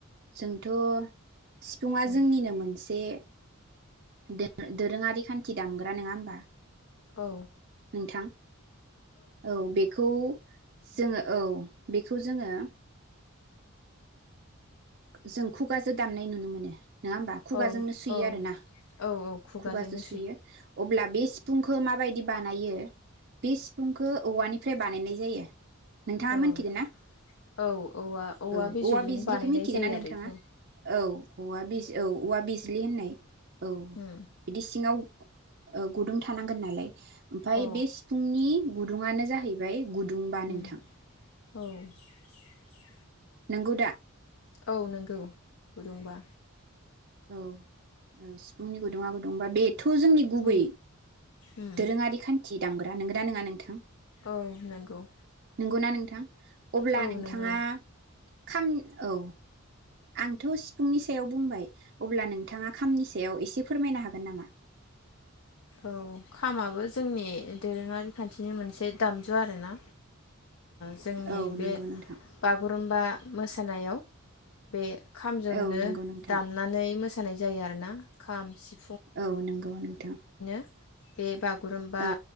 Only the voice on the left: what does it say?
औ
औ
औ
औ
औ खुगाजोंनो
औ
औ औवा
बिजौजों
बानायनाय
जायो
आरो
बेखौ
उम
औ
उम
औ
औ नंगौ गुदुंबा।
औ उम
औ नंगौ
औ
नंगौ
औ खामाबो जोंनि दोरोङारि खान्थिनि मोनसे दामजु आरोना जोंनि
बे
बागुरुम्बा मोसानायाव बे खामजोंनो
दामनानै मोसा जाया आरो ना खाम सिफुं
बेबा गुरुमबा